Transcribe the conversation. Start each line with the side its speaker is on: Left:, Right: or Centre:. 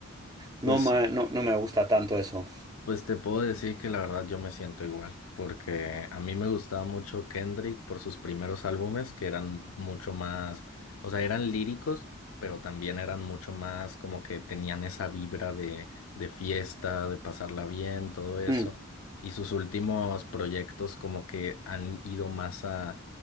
Right: no
Left: Pues
Right: me, no, no me gusta tanto eso.
Left: Pues te puedo decir que la verdad yo me siento igual, porque a mí me gustaba mucho Kendrick por sus primeros álbumes, que eran mucho más, o sea, eran líricos, pero también eran mucho más como que tenían esa vibra de, de fiesta, de pasarla bien, todo eso.
Right: Mm,
Left: Y sus últimos proyectos como que han ido más a,